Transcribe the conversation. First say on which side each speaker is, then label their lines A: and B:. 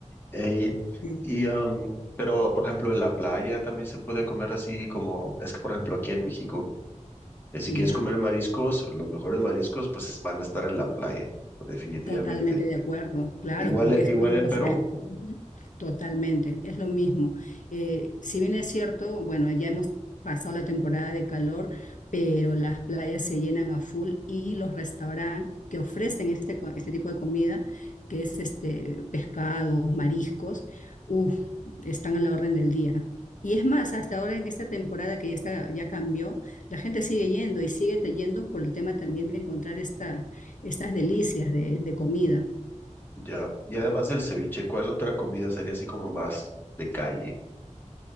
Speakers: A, on the left (about 15°); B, on the left (about 80°).
A: Ey,
B: Sí.
A: y, am, pero, por ejemplo, en la playa también se puede comer así como, es que, por ejemplo, aquí en México. Eh, Si
B: ¿Ya?
A: quieres comer mariscos, los mejores mariscos, pues es- van a estar en la playa, definitivamente.
B: Totalmente de acuerdo, claro,
A: Igual,
B: porque
A: e-
B: es
A: igual
B: producto
A: en Perú,
B: fresco. Ujú. Totalmente, es lo mismo. Eh, si bien es cierto, bueno, ya hemos pasado la temporada de calor, pero las playas se llenan a full y los restaurantes que ofrecen este, co- este tipo de comida, que es este pescado, mariscos, uf, están a la orden del día. Y es más, hasta ahora en esta temporada que ya está, ya cambió, la gente sigue yendo y sigue te- yendo por el tema también de encontrar esta estas delicias de, de comida.
A: ya. Y además del ceviche, ¿cuál otra comida sería así como más de calle?